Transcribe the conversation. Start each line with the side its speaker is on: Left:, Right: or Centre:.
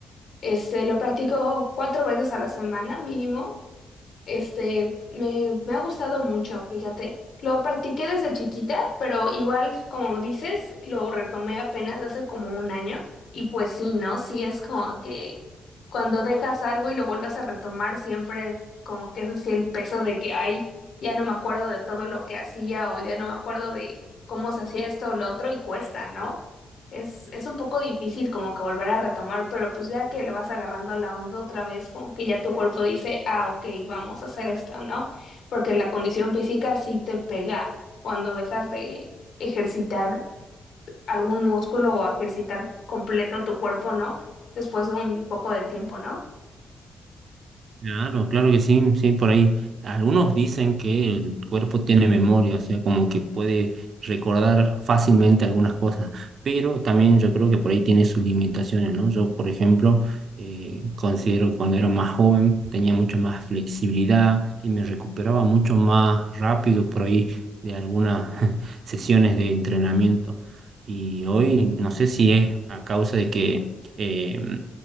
Left: Este, lo practico cuatro veces a la semana mínimo Este, me, me ha gustado mucho, fíjate. Lo practiqué desde chiquita, pero igual, como dices, lo retomé apenas hace como un año. Y pues sí, ¿no? Sí es como que cuando dejas algo y lo vuelves a retomar, siempre como que es así el peso de que, ay, ya no me acuerdo de todo lo que hacía o ya no me acuerdo de cómo se hacía esto o lo otro y cuesta, ¿no? Es, es un poco difícil como que volver a retomar, pero pues ya que le vas agarrando la onda otra vez, como que ya tu cuerpo dice, ah, ok, vamos a hacer esto, ¿no? Porque la condición física sí te pega cuando dejas de ejercitar algún músculo o ejercitar completo tu cuerpo, ¿no? Después de un poco de tiempo, ¿no?
Right: Claro, claro que sí, sí, por ahí. Algunos dicen que el cuerpo tiene memoria, o sea, como que puede recordar fácilmente algunas cosas, pero también yo creo que por ahí tiene sus limitaciones, ¿no? Yo, por ejemplo, eh, considero que cuando era más joven tenía mucho más flexibilidad y me recuperaba mucho más rápido por ahí de algunas <laughs> sesiones de entrenamiento. Y hoy no sé si es a causa de que... eh,